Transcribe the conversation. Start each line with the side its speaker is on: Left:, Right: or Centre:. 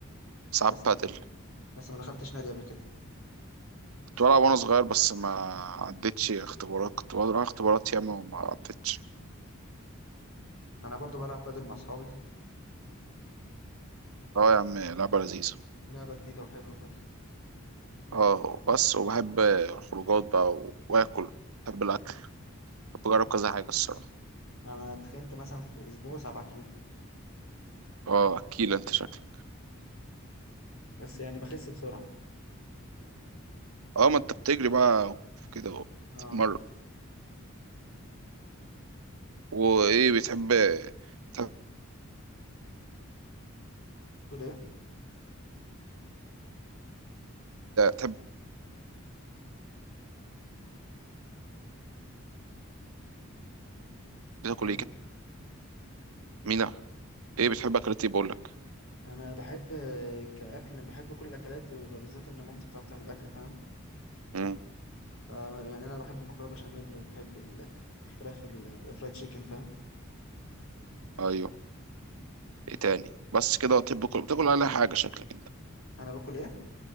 Right: وساعات
Left: بس
Right: بادل
Left: بس ما دخلتش نادي قبل كده
Right: كنت بلعب وانا صغير بس ما عدتش اختبارات كنت بقعد ألعب اختبارات ياما وما عدتش
Left: انا برضو بلعب بادل مع اصحابي
Right: اه يا عم لعبة لذيذة
Left: لعبة جديدة وحلوة كده
Right: اه بس وبحب الخروجات بقى و- واكل بحب الاكل بحب اجرب كذا حاجة الصراحة
Left: انا اتخنت مثلا في اسبوع سبعة كيلو
Right: اه اكيل انت شكلك
Left: بس يعني بخس بسرعة
Right: اه ما انت بتجري بقى كده وتتمرن
Left: اه
Right: وايه بتحب تحب
Left: تقول ايه
Right: تحب تاكل
Left: الو
Right: ايه كده مينا
Left: ايوه
Right: ايه بتحب اكلات ايه بقول لك
Left: انا بحب كاكل بحب كل الاكلات وبالذات ان مامتي بتعرف تعمل اكل فاهم
Right: امم
Left: فيعني انا بحب المكرونه بشاميل وبحب ال- الفراخ ال- الفرايد تشيكن فاهم
Right: ايوه ايه تاني بس كده بتحب تاكل بتاكل اي حاجة شكلك انت
Left: انا باكل ايه